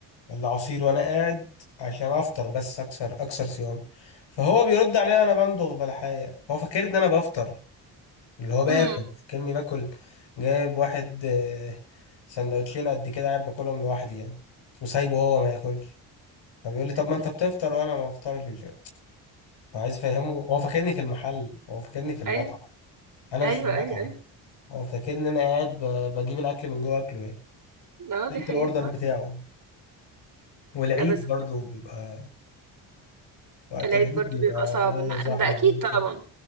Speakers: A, on the left; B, on the right.
A: ولا عصير وانا قاعد عشان افطر بس اكسر اكسر صيام فهو بيرد عليا انا بمضغ بلحاية هو فاكر ان انا بفطر اللي هو باكل
B: أمم.
A: كأني باكل جايب واحد آه، سندوتشين قد كده قاعد باكلهم لوحدي يعني وسايبه هو ما ياكلش فبيقول لي طب ما انت
B: بس
A: بتفطر وانا ما بفطرش وش- فعايز افهمه هو فاكرني في المحل هو فاكرني في المطعم
B: اي
A: انا
B: ايوه
A: مش في المطعم
B: ايوه ايوه
A: هو فاكرني ان انا قاعد ب- بجيب الاكل من جوه اكله يعني
B: اه دي
A: قلت
B: حقيقة
A: الاوردر بتاعه والعيد
B: لا بس
A: برضه بيبقى وقت
B: العيد
A: العيد
B: برضو
A: بيبقى
B: بيبقى صعب
A: اه
B: إن-
A: زحمه
B: ده اكيد
A: جدا
B: طبعا